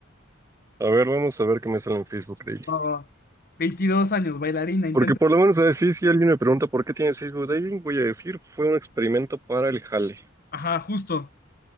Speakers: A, on the right; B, on the left.
A: A ver, vamos a ver qué me sale en Facebook Dating.
B: Va, va. 22 años, bailarina, intento.
A: Porque por lo menos a decir, si alguien me pregunta por qué tienes Facebook Dating, voy a decir, fue un experimento para el jale.
B: Ajá, justo.